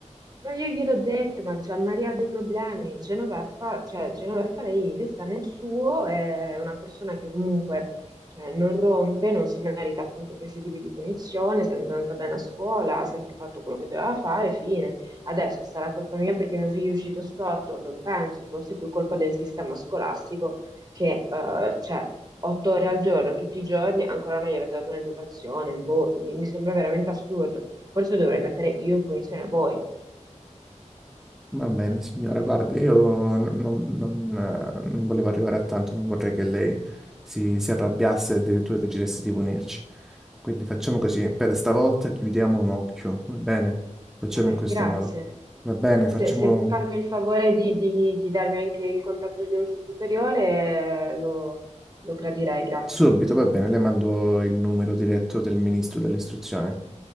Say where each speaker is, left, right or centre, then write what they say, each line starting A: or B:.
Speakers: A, on the right; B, in the centre.
A: Ma io gliel'ho detto, ma Gianmaria ha dei problemi. Genoveffa, cioè, Genoveffa lei, lei sta nel suo, è una persona che comunque cioè, non rompe, non si merita appunto questi tipi di punizione, è sempre andata bene a scuola, ha sempre fatto quello che doveva fare, fine. Adesso sarà colpa mia perché mio figlio è uscito storto? Non penso, forse è più colpa del sistema scolastico che, eh, cioè, otto ore al giorno, tutti i giorni, ancora non gli avete dato un'educazione, boh, mi mi sembra veramente assurdo. Forse dovrei mettere io in punizione voi.
B: Va bene, signora, guardi, io non, non- eh, non volevo arrivare a tanto, non vorrei che lei si, si arrabbiasse e addirittura decidesse di punirci. Quindi facciamo così, per stavolta chiudiamo un occhio, va bene? Facciamo
A: Eh,
B: in questo
A: grazie.
B: modo. Va bene,
A: Se,
B: facciamo
A: se può farmi il favore di, di- di darmi anche il contatto di un suo superiore, eh, lo, lo gradirei, grazie.
B: subito, va bene, le mando il numero diretto del ministro dell'istruzione.